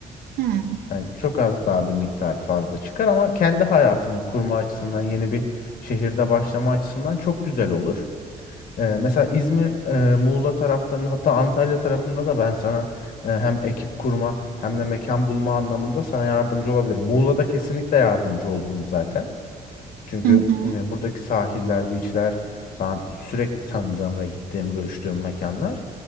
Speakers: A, on the right; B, on the left.
A: hı hı,
B: Yani çok az daha bir miktar fazla çıkar ama kendi hayatını kurma açısından yeni bir şehirde başlama açısından çok güzel olur. Ee, mesela İzmir, e, Muğla taraflarında hatta Antalya tarafında da ben sana e, hem ekip kurma hem de mekan bulma anlamında sana yardımcı olabilirim. Muğla'da kesinlikle yardımcı olurum zaten. Çünkü
A: hı hı,
B: e, buradaki sahiller, beachler falan sürekli tanıdığım ve gittiğim, görüştüğüm mekanlar.